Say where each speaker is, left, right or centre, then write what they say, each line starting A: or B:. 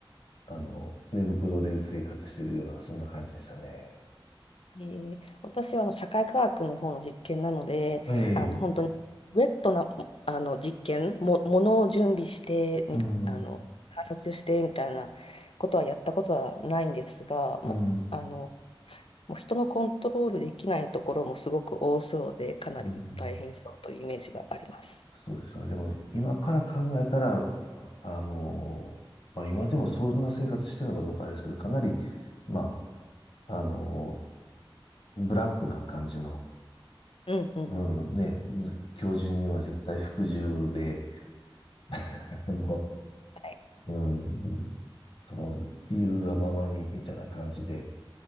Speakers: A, on the left; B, on the left.
A: あの、寝袋で生活してるような、そんな感じでしたね。
B: えー私はあの社会科学の方の実験なので、
A: ええ、
B: あの本当にウェットなあの実験も、ものを準備してみ、
A: うん、
B: あの観察してみたいなことはやったことはないんですが、もう、
A: うん、
B: あのもう人のコントロールできないところもすごく多そうで、かなり大変そうというイメージがあります。
A: うん、そうですよね。でも、今から考えたら、あの、まあ、今でもそんな生活してるのかどうかあれですけど、かなり、まあ、あの、ブラックな感じの、
B: うんうん。
A: うん、ね、むず教授には絶対服従で、<laughs> あの、
B: はい、
A: うん、その、言うがままにみたいな感じで、